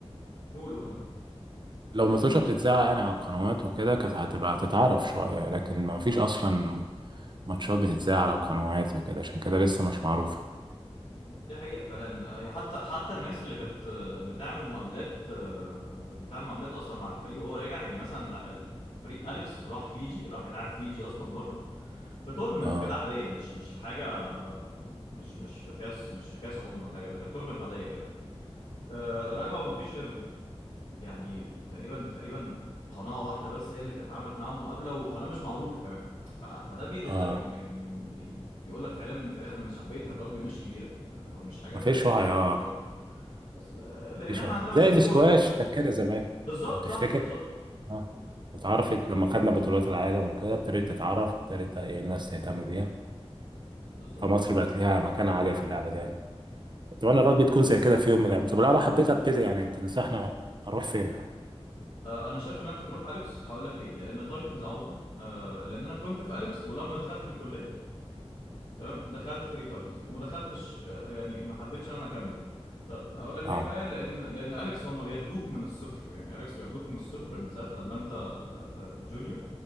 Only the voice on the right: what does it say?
لو ماتوشة بتتذاع يعني على القنوات وكده كانت هتبقى تتعرف شوية لكن ما فيش أصلا ماتشات بتتذاع على القنوات وكده عشان كده لسه مش معروفة
اه
اه
ما
فيش وعي
اه
ما
فيش
وعي
زي الاسكواش
كانت كده زمان
لو تفتكر
اه واتعرفت لما خدنا بطولات العالم وكده ابتدت تتعرف ابتدت ايه الناس تهتم بيها
فمصر
بقت ليها مكانة عالية في اللعبة دي يعني اتمنى الرugby تكون زي كده في يوم من الايام طب لو انا حبيت ابتدي يعني تنصحنا اروح فين؟
اه